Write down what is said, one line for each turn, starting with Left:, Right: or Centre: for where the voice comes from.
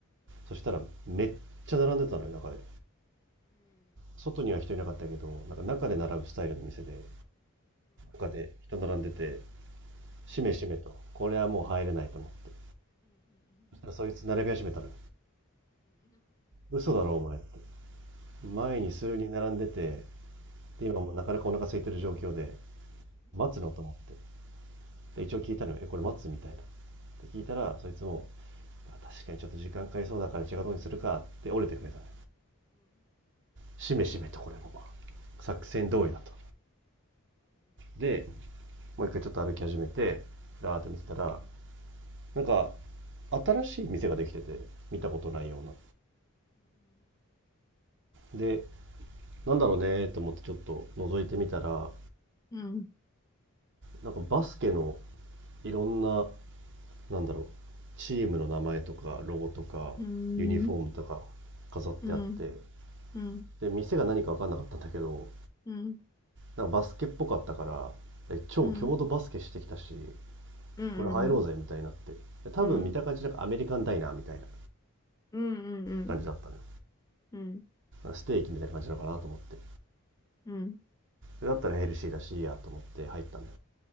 Right: そしたらめっちゃ並んでたのよ、中で。外には人いなかったけど、なんか中で並ぶスタイルの店で、他で人並んでて、しめしめと、これはもう入れないと思って。そしたらそいつ並び始めたの嘘だろお前って。前に数人並んでて、で今もうなかなかお腹空いてる状況で、待つのと思って。で一応聞いたのよ、え、これ待つみたいな。で聞いたら、そいつも、確かにちょっと時間かかりそうだから違うとうにするかって折れてくれたね。しめしめとこれも。作戦通りだと。で、もう一回ちょっと歩き始めて、だーっと見てたら、なんか新しい店ができてて見たことないようなでなんだろうねと思ってちょっと覗いてみたら
Left: うん、
Right: なんかバスケのいろんななんだろうチームの名前とかロゴとかユニフォームとか
Left: うん、
Right: 飾ってあって
Left: うん、うん、うん、
Right: で店が何か分かんなかったんだけど
Left: うん、
Right: なんかバスケっぽかったからえ超強度バスケしてきたし
Left: うん、うん、
Right: これ入ろうぜみたいになってで多分見た感じなんかアメリカンダイナーみたいな
Left: うん、うん、うん、うん、
Right: 感じだったの、ね、
Left: う
Right: ステーキみたいな感じなのかなと思って
Left: ん、
Right: だったらヘルシーだしいいやと思って入ったのよ